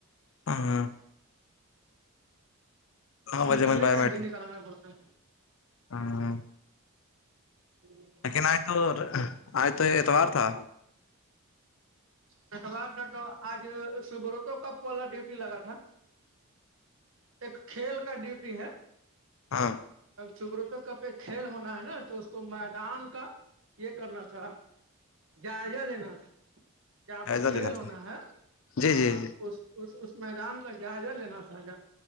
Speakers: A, on the left; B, on the right.
A: ہاں- ہاں نو بجے
B: نکلنے
A: میں بایو
B: ٹائم
A: میٹرک
B: بھی نکالانا پڑتا ہے-
A: ہاں
B: جی
A: لیکن آج تو آج تو اتوار تھا
B: چٹو ڈٹو آج صبح تو کپ والا ڈیوٹی لگا تھا- ایک کھیل کا ڈیوٹی ہے-
A: ہاں
B: شکروت کپ ایک کھیل ہونا ہے نا تو اس کو میدان کا یہ کرنا تھا- جائزہ لینا تھا جہاں
A: جائزہ
B: پہ کھیل
A: لینا
B: ہونا
A: تھا
B: ہے
A: جی
B: ہاںاں
A: جی جی
B: اس- اس- اس میدان کا جائزہ لینا تھااہ جا